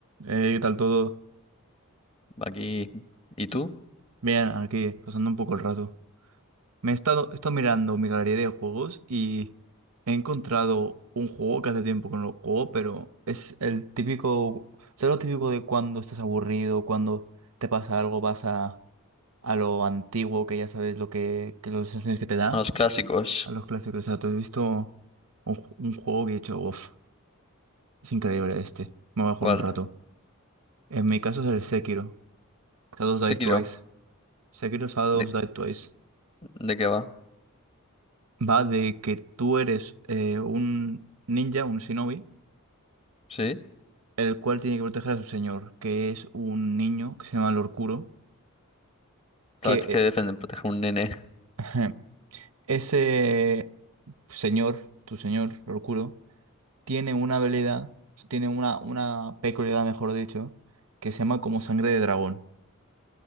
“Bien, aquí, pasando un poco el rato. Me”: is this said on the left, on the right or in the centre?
Right